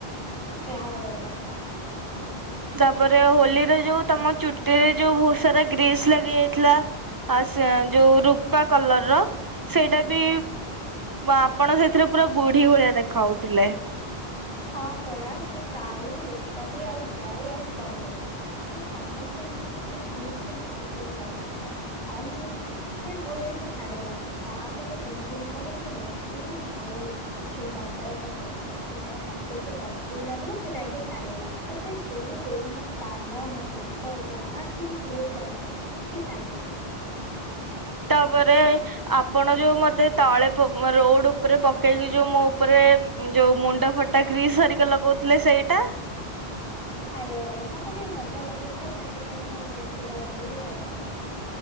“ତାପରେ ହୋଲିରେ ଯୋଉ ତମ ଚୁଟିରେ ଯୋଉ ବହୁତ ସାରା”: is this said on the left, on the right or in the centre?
Right